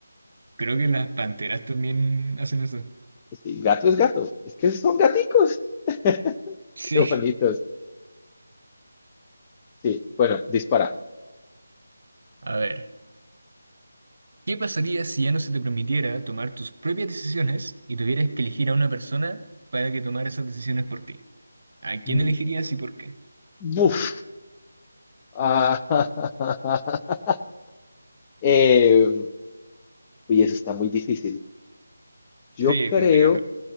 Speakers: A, on the right; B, on the left.
A: Creo que las panteras también hacen eso.
B: Pues Sí, gato es gato, es que son gaticos, <laughs>
A: Sí.
B: qué bonitos. Sí, bueno, dispara.
A: A ver, ¿qué pasaría si ya no se te permitiera tomar tus propias decisiones y tuvieras que elegir a una persona para que tomara esas decisiones por ti? ¿A quién
B: Mm,
A: elegirías y por qué?
B: Buf. Ah, <laughs> eh, uy, eso está muy difícil. Yo
A: Sí,
B: creo,
A: es complicado.